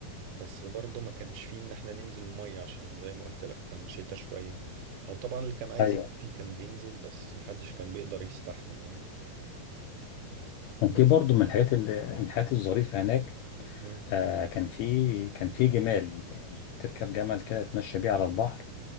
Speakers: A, on the right; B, on the left.
A: بس برضه ما كانش فيه إن احنا ننزل مية عشان زي ما قلت لك كان شتا شوية أو طبعا اللي كان عايز
B: ايوه
A: ينزل كان بينزل بس محدش كان بيقدر يستحمل يعني
B: دي
A: بس
B: برضو من الحاجات اللي من الحاجات الظريفه هناك
A: مم.
B: آه كان في كان في جمال يعني تركب جمل كده تمشي بيه على البحر